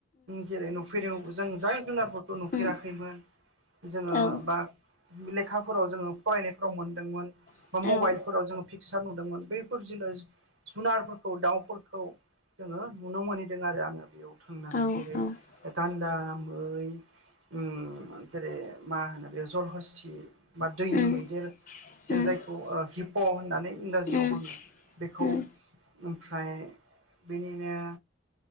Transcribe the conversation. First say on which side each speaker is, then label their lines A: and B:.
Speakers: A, on the right; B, on the left.
A: जेरै नुफेरै जों जाय जुनारफोरखौ नुफेराखैमोन
B: उम उम औ
A: जोङो
B: उम औ उम औ
A: बा लेखाफोराव जोङो फरायनायफोराव मोनदोंमोन
B: औ
A: बा मबाइलफोराव जोङो पिकसार नुदोंमोन बैफोर <unintelligible> जुनारफोरखौ दाउफोरखौ जोङो नुनो मोनहैदों आरो आङो बेयाव थांनानै
B: औ औ
A: जेरै
B: औ औ
A: गान्दा मै उम जेरै मा होनो बे जरहस्थि बा दैनि
B: उम औ
A: मैदेर
B: औ
A: जों जायखौ
B: औ उम
A: हिप' होननानै इंराजियाव
B: उम
A: बुङो बेखौ
B: उम उम
A: ओमफ्राय बिनिनो